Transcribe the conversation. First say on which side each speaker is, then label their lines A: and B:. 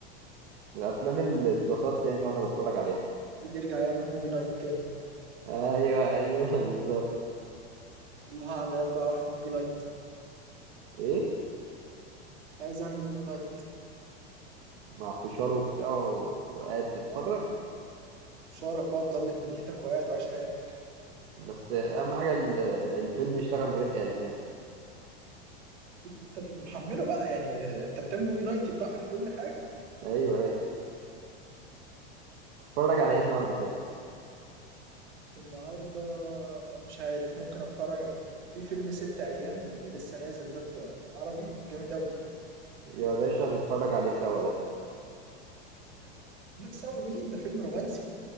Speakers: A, on the right (about 65°); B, on the right (about 85°).
A: من
B: آه،
A: الافلام اللي اتبسطت يعني وانا بتفرج عليها
B: تيجي يرجع يعمل موفي نايت تاني
A: ايوه ايوه <laughs> بالظبط
B: والله هعمل انا بقى واحد موفي نايت
A: ايه
B: عايز اعمل موفي نايت
A: مع فشاره وبتاع و- وقاعد تتفرج
B: اه مش هعرف بقى مضلم دنيتك وقاعد وعايش حياتك
A: بس اهم حاجه ال- الفيلم يشتغل من غير اعلانات
B: انت تبقى محمله بقى يعني انت بتعمل موفي نايت يبقى اعمل كل حاجة
A: ايوه ايوه تتفرج على ايه النهارده طيب
B: النهارده مش عارف ممكن اتفرج في فيلم ست ايام اللي لسه نازل ده في عربي جامد قوي
A: يا باشا هنتفرج عليه سوا ده
B: لا سوا مين ده فيلم رومانسي